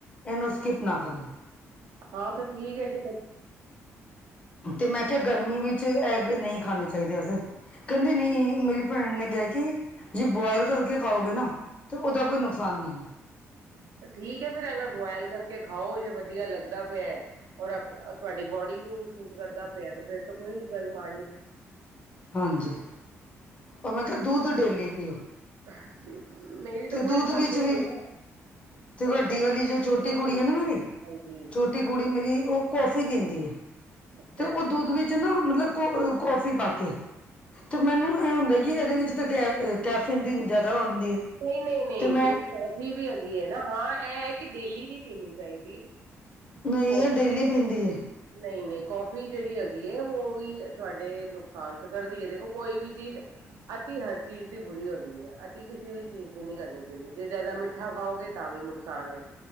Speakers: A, on the left; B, on the right.
A: ਇਹਨੂੰ ਸਕਿੱਪ ਨਾ ਕਰਿਓ।
B: ਹਾਂ ਤੇ ਠੀਕ ਹੈ ਜੇ ਬ
A: ਤੇ ਮੈਂ ਕਿਹਾ ਗਰਮੀ ਵਿੱਚ ਐਗ ਨਹੀਂ ਖਾਣੇ ਚਾਹੀਦੇ ਐ ਜ ਕਹਿੰਦੀ ਨਹੀਂ, ਮੇਰੀ ਭੈਣ ਨੇ ਕਿਹਾ, ਕਿ ਜੇ ਬੁਆਇਲ ਕਰਕੇ ਖਾਓਗੇ ਨਾ। ਤੇ, ਉਹਦਾ ਕੋਈ ਨੁਕਸਾਨ ਨਹੀਂ ਹੈ।
B: ਠੀਕਹੈ ਫਿਰ ਅਗਰ ਬੁਆਇਲ ਕਰਕੇ ਖਾਓ, ਜੇ ਵਧੀਆ ਲੱਗਦਾ ਪਿਆ। ਔਰ ਤੁਹਾਡੀ ਬੋਡੀ ਨੂੰ ਵੀ ਸੂਟ ਕਰਦਾ ਪਿਆ, ਤੇ ਫੇਰ ਤਾਂ ਕੋਈ ਗੱਲ ਮਾੜੀ ਨਹੀਂ।
A: ਹਾਂਜੀ, ਉਹ ਮੈਂ ਕਿਹਾ, ਦੁੱਧ ਡੇਲੀ ਪੀਓ।
B: ਹਾਂਜੀ, ਮੇਰੀ ਤਾਂ
A: ਤੇ
B: ਕੁੜੀ
A: ਦੁੱਧ
B: ਖਾਂਦੀ
A: ਵਿੱਚ ਵੀ
B: ਨਹੀਂ ਨਾ।
A: ਤੇ
B: ਉਹ
A: ਵੱਡੀ
B: ਤਾਂ ਕਹਿੰਦੀ
A: ਵਾਲੀ
B: ਕਿ
A: ਜੋ,
B: ਮੰਮੀ
A: ਛੋਟੀ ਕੁੜੀ
B: ਇਹ ਨੀ।
A: ਹੈ ਨਾ, ਮੇਰੀ ਛੋਟੀ
B: ਹਾਂਜੀ
A: ਛੋਟੀ ਕੁੜੀ ਮੇਰੀ, ਉਹ ਕੌਫੀ ਪੀਂਦੀ ਹੈ,
B: ਅੱਛਾ
A: ਤੇ ਉਹ
B: ਜੀ।
A: ਦੁੱਧ ਵਿੱਚ ਨਾ ਮਤਲਬ, ਕੋ ਕੌਫੀ ਪਾ ਕੇ ਤੇ ਮੈਨੂੰ ਇਹ ਹੁੰਦਾ ਕਿ ਇਹਦੇ ਵਿੱਚ ਅਤੇ, ਕੈ ਕੈਫੀਨ ਜ਼ਿਆਦਾ ਹੁੰਦੀ ਹੈ।
B: ਨਹੀਂ- ਨਹੀਂ, ਨਹੀਂ
A: ਤੇ ਮੈਂ
B: ਜਿਹੜੀ ਕਾਫੀ ਵੀ ਹੈਗੀ ਹੈ ਨਾ, ਹਾਂ ਇਹ ਹੈ ਕਿ ਡੇਲੀ ਨਹੀਂ ਪੀਣੀ ਚਾਹੀਦੀ। <unintelligible>
A: ਨਹੀਂ
B: ਨਹੀਂ-
A: ਇਹ ਡੇਲੀ ਪੀਂਦੀ ਹੈ
B: ਨਹੀਂ, ਕੌਫੀ ਜਿਹੜੀ ਹੈਗੀ ਹੈ, ਉਹ ਵੀ ਤੁਹਾਡੇ ਨੁਕਸਾਨ ਤਾਂ ਕਰਦੀ ਹੈ, ਦੇਖੋ ਕੋਈ ਵੀ ਚੀਜ਼ ਅਤੀ, ਹਰ ਚੀਜ਼ ਦੀ ਬੁਰੀ ਹੁੰਦੀ ਹੈ, ਅਤੀ ਕਿਸੇ ਵੀ ਚੀਜ਼ ਦੀ ਨਹੀਂ ਕਰਨੀ ਚਾਹੀਦੀ, ਜੇ ਜ਼ਿਆਦਾ ਮਿੱਠਾ ਖਾਓਗੇ, ਤਾਂ ਵੀ ਨੁਕਸਾਨ ਹੈ,